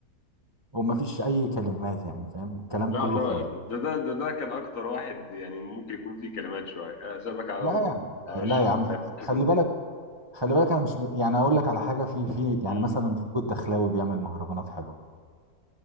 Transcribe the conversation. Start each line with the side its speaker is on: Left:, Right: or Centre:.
Right: ومفيش اي كلمات يعني فاهم الكلام
Left: لا
Right: كله
Left: ده
Right: فاضي
Left: ده ده ده ده كان اكتر واحد يعني ممكن يكون فيه كلمات شويه أنا سابك على
Right: لا
Left: بلطة، على
Right: يعني
Left: وش
Right: لا
Left: الميه
Right: يا عم في
Left: عارف
Right: خلي
Left: إنت
Right: بالك
Left: إيه؟
Right: خلي بالك انا مش يعني اقول لك على حاجه في في يعني
Left: مم.
Right: مثلا فيكو الدخلاوي بيعمل مهرجانات حلوه